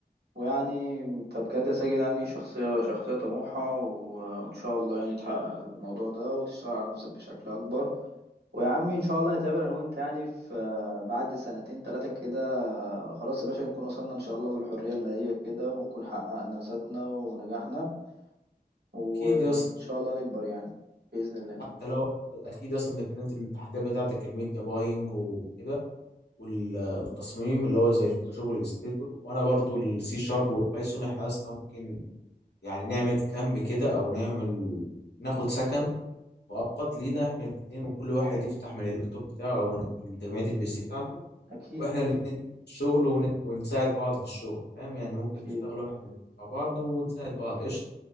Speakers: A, on the right; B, on the left.
A: ويعني انت بجد يا ساجد يعني شخصية شخصية طموحة و- وان شاء الله يعني تحقق الموضوع ده وتشتغل على نفسك بشكل اكبر ويا عم ان شاء الله نتقابل انا وانت يعني في بعد سنتين ثلاثة كده خلاص يا باشا نكون وصلنا ان شاء الله للحرية المالية كده ونكون حققنا ذاتنا ونجحنا وان
B: أكيد يا اسطى
A: شاء الله نكبر يعني بإذن الله
B: حتى لو أكيد أصلا إنك إنت من التحديات بتاعتك الميديا باينج وكده وال- والتصميم اللي هو زي الفوتوشوب والاستريتور وانا برضو السي شارب والبايثون احنا يا اسطى ممكن يعني نعمل كامب كده او نعمل ناخد سكن مؤقت لينا احنا الاثنين وكل واحد يفتح من اللابتوب بتاعه او من تجميعة البي سي بتاعته
A: اكيد
B: واحنا الاثنين الشغل ون... ونساعد بعض في الشغل فاهم يعني ممكن
A: اكيد
B: تشتغلوا احنا الاتنين مع بعض ونساعد بعض قشطة